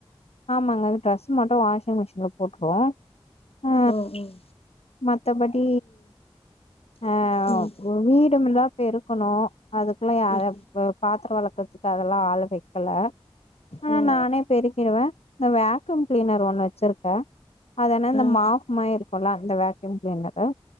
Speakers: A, on the left (about 85°); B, on the left (about 70°).
A: ஆமாங்க அது ட்ரஸ் மட்டு வாஷிங் மிஷின்ல போட்ருவோ ஆ
B: ம் ம்
A: மத்தபடி அ
B: ம்
A: ஒரு வீடுமெல்லா பெருக்கணு அதுக்குலா யார
B: ம்
A: வ பாத்தரோ வெளக்கற்த்துக்கு அதெல்லா ஆளு வெக்கல ஆ
B: ம்
A: நானே பெருக்கிருவே இந்த வேக்கம் க்ளீனர் ஒன்னு வெச்சிருக்கே அதனா இந்த
B: ம்
A: மாஃப்
B: ம்
A: மாரி இருக்குல்ல இந்த வேக்யூம் க்ளீனரு